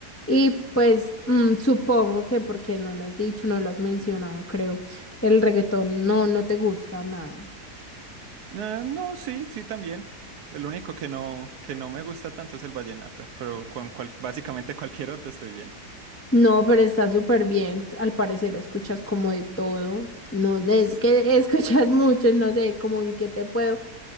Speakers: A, on the left (about 20°); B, on the right (about 75°).
A: Y pues mm, supongo que porque no lo has dicho, no lo has mencionado, creo. El reggaetón no, no te gusta nada.
B: Eh, no, sí, sí también. El único que no, que no me gusta tanto es el vallenato, pero con cual- básicamente cualquier otro estoy bien.
A: No, pero está súper bien. Al parecer escuchas como de todo. No, es
B: Sí.
A: que <laughs> escuchas mucho, no sé, como en qué te puedo